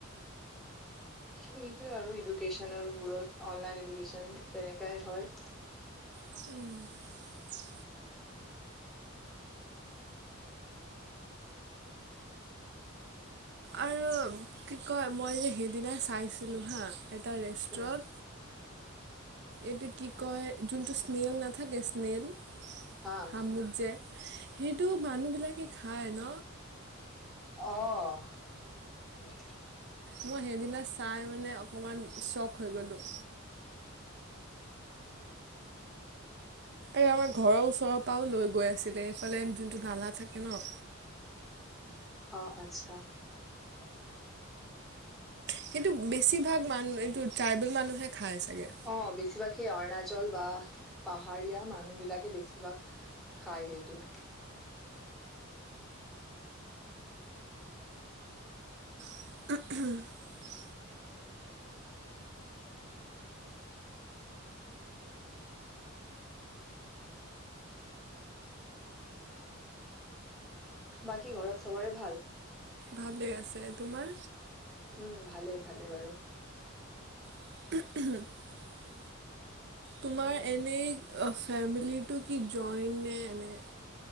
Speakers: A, in the centre; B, on the right.
A: সেইটোৱে আৰু এডুকেশ্যনেলবোৰত অনলাইন এডুকেশ্যন তেনেকাই হয়
B: উম আৰু কি কয় মই যে সেইদিনা চাইছিলোঁ হা এটা ৰেষ্টুৰেট
A: উম,
B: এইটো কি কয় যোনটো স্নেইল নাথাকে স্নেইল শামুক
A: হা।
B: যে সেইটো মানুহ বিলাকে খায় ন
A: অ
B: মই সেইদিনা চাই মানে অকমান চক হৈ গ'লোঁ এই আমাৰ ঘৰৰ ওচৰৰ পৰাও লৈ গৈ আছিলে এইফালে যোনটো নালা থাকে ন
A: অ আচ্ছা <inaudible>
B: সেইটো বেছিভাগ মানুহ এইটো ট্ৰাইবেল মানুহে খায় চাগে
A: অ বেছিভাগ সেই অৰুণাচল বা পাহাৰীয়া মানুহ বিলাকে বেছিভাগ খাই সেইটো
B: <unintelligible>
A: বাকী ঘৰত সবৰে ভাল
B: ভালেই আছে তোমাৰ
A: উম ভালে ভালেই বাৰু
B: <unintelligible> তোমাৰ
A: উম,
B: এনেই ফেমিলি টো কি জইন নে এনেে